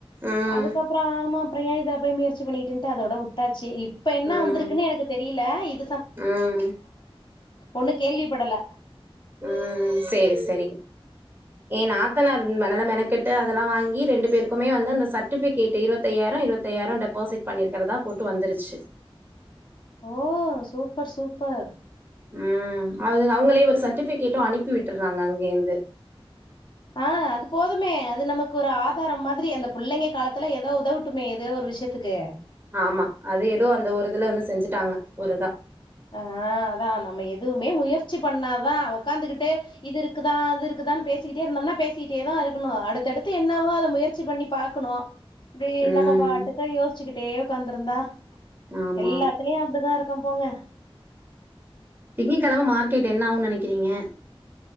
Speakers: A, on the right (about 20°); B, on the left (about 55°).
A: ம்
B: அதுக்கப்ற ஆமா ப்ற ஏ இத போய் முயற்சி ட்டு பண்ணிகிட்டுண்ட்டு அதோட உட்டாச்சி இப் இப்ப என்னா
A: ம்
B: வந்திருக்குன்னு எனக்கு தெரியில இப்
A: ம்
B: ஒண்ணு கேள்விப்படல
A: ம் சேரி சரி ஏன்னா த்தனார் மெனலா மெனகெட்டு அதலா வாங்கி ரெண்டு பேருக்குமே வந்து அந்த சர்டிபிகேட்டு இருவத்தய்யாயிறோ இருவத்தய்யாயிற டெப்பாசிட் பண்ணிருக்கிறதா போட்டு வந்துருச்சு
B: ஓ சூப்பர் சூப்பர்
A: ம் அது அவங்களே ஒரு சர்ட்டிபிகேட்டு அனுப்பி விட்டுற்றாங்க அங்கேந்து
B: அ அது போதுமே அது நமக்கு ஒரு ஆதாரம் மாது ரி அந்த புள்ளைங்க காலத்துல ஏதோ உதவட்டுமே எதோ ஒரு விஷ்யத்துக்கு
A: ஆமா அது எதோ அந்த ஒரு இதுல வந்து செஞ்சுட்டாங்க ஒரு இதா
B: அ அதா நம்ம எதுவுமே முயற்சி பண்ணாதா உக்காந்துக்கிட்டு இது இருக்குதா அது இருக் குதா பேசிகிட்டே இருந்தோம்னா பேசிகிட்டே தா இருக்கு ணு அடுத்தடுத்து என்னவோ அத முயற்சி பண்ணி பாக்குணு ப்டி
A: ம்.
B: நம்ம பாட்டுகா யோஸ் ச்சிக்கிட்டே உக்காந்துருந்தா
A: ஆமா.
B: எல்லாத்துலயு அப்டிதா இருக் கம் போங்க
A: திங்கிகெழம மார்க்கெட் என்ன ஆகுன்னு நெனைக்கிறீங்க